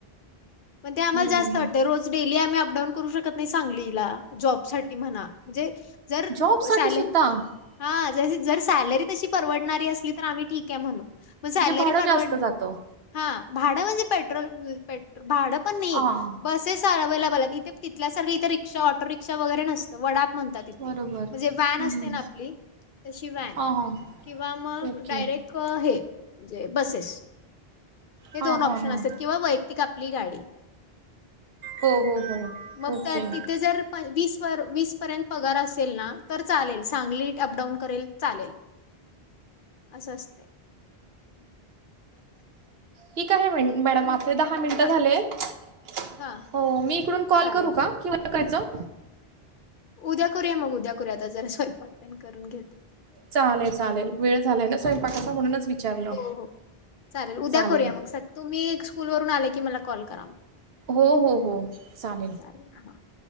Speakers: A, on the left; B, on the right.
A: पण ते आम्हाला
B: हं,
A: जास्त
B: हं,
A: वाटतं
B: हं.
A: रोज डेली आम्ही अपडाऊन करू शकत नाही सांगलीला जॉबसाठी म्हणा म्हणजे जर
B: जॉबसाठी
A: सॅलरी
B: सुद्धा म्हणजे
A: हा जर सॅलरी तशी परवडणारी असली तर आम्ही ठीक ये म्हणू मग सॅलरी
B: भाडं
A: परवड
B: जास्त जातं.
A: <inaudible> हा भाडं म्हणजे पेट्रोल <unintelligible> भाडं पण नाही.
B: हां,
A: बसेस अवेलेबल आहेत इथ तिथल्या सारखं इथे रिक्षा ऑटो रिक्षा वगैरे नसत वडाप म्हण <inaudible>
B: बरोबर.
A: म्हणजे व्हॅन
B: हं.
A: असतेना आपली तशी व्हॅन
B: हां, हां.
A: किंवा मग
B: ओके.
A: डायरेक्ट हेे म्हणजे बसेस हे
B: हां,
A: दोन ऑपशन
B: हां, हां.
A: असेल किंवा ती का आपली गाडी.
B: हो हो हो
A: मग
B: ओके.
A: तर तिथे जर. वीस व वीस पर्यंत पगार असेल ना तर चालेल सांगली अपडाऊन करेल चालेल. असं असतेय.
B: की काही म्हण. मॅडम
A: तुम
B: आपले दहा मिनटं
A: हां,
B: झाले येत
A: हां,
B: हो मी इकडून कॉल
A: चालेल.
B: करू का की <inaudible>
A: उद्या करूया मग उद्या करूया आता जरा स्वयंपाक पेन करून घेते.
B: चालेल चालेल वेळ झालाय ना स्वयंपाकाचा
A: हां ठीक आहे.
B: म्हणूनच विचारलं
A: हो हो उद्या
B: चालेल.
A: करूया मग स तुम्ही एक स्कूल वरून आले की मला कॉल करा.
B: हो हो हो चालेल.
A: <unintelligible>